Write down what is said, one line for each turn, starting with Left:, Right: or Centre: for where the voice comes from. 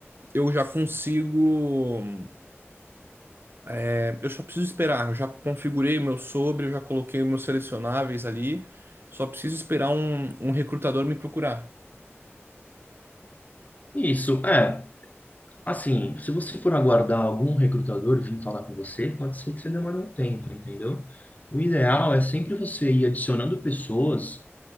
Right: eu já consigo. é, eu só preciso esperar. Eu já configurei o meu sobre, eu já coloquei os meus selecionáveis ali. Só preciso esperar um, um recrutador me procurar.
Left: Isso, é. Assim, se você for aguardar algum recrutador vir falar com você, pode ser que você demore um tempo, entendeu? O ideal é sempre você ir adicionando pessoas